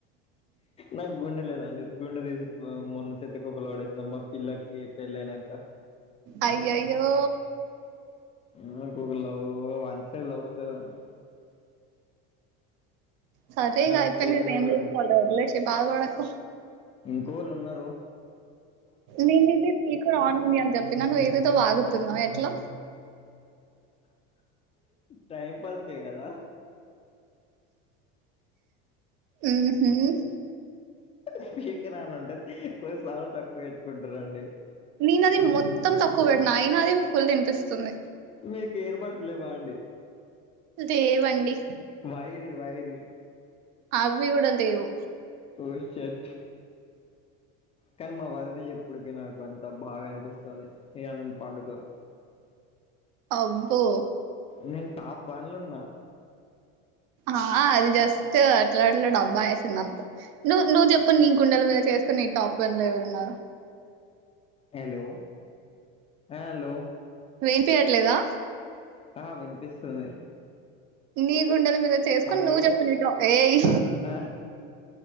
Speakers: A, on the left (about 20°); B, on the right (about 65°).
A: నాకు గుండె లేదండి గుండె తీసి మొన్న చెత్త కుప్పల పడేసిన మా పిల్లకి పెళ్ళయినంక
B: అయ్యయ్యో
A: నాకొక లవ్ వన్సైడ్ లవ్ స్టోరీ మనది
B: సరే ఇగ
A: ఆమెకు
B: అయిపొయింది
A: పెళ్లి కూడా
B: కదా వదిలేసేయ్ బాధపడకు
A: ఇంకోకలు ఉన్నరు
B: నేనిది స్పీకర్ ఆన్ ఉందని చెప్పిన నువ్వు ఏదేదో వాగుతున్నావ్ తున్నావు ఎట్లా
A: టైమ్ పాస్ కే కదా
B: హు హుమ్మ్
A: స్పీకర్ ఆన్లో ఉంటే కొద్దిగా సౌండ్ తక్కువ పెట్టుకుంటరండి
B: నేనది మొత్తం తక్కువ పెట్టినా అయినా అది ఫుల్ వినిపిస్తుంది
A: మీకు ఇయర్ బడ్స్ లేవా అండి
B: లేేవండి
A: వైరియి వైరియి
B: అవి కూడ లేవు
A: ఓ షట్ కానీ మా వదిన చెప్పుడికి నాకు అంత బాగా అనిపిస్తుంది ఇయ్యాల నేను పండుకోను
B: అబ్బో
A: నేను టాప్ వన్లున్నా
B: ఆ అది జస్ట్ అట్లా అట్లా డబ్బా వేసింది అంతే నువ్వు నువ్వు చెప్పు నీ గుండెల మీద చేయేసుకుని నీ టాప్ వన్ లో ఎవరున్నరో
A: హలో హలో
B: వినిపియ్యట్లేదా
A: ఆ వినిపిస్తుంది
B: నీ గుండెల మీద చేయేసుకొని
A: హలో
B: నువ్వు చెప్పు నీ టాప్ ఏయి
A: హల్ హల్